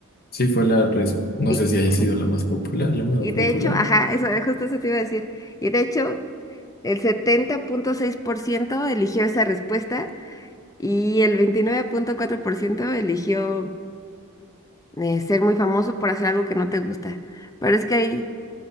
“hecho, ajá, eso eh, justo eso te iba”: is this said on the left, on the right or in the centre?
Left